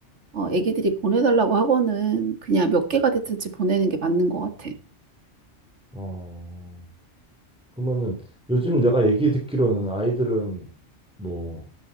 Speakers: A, on the right; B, in the centre.
A: 어 애기들이 보내달라고 하고는 그냥 몇 개가 됐든지 보내는 게 맞는 것 같아.
B: 어, 그러면은 요즘 내가 얘기 듣기로는 아이들은 뭐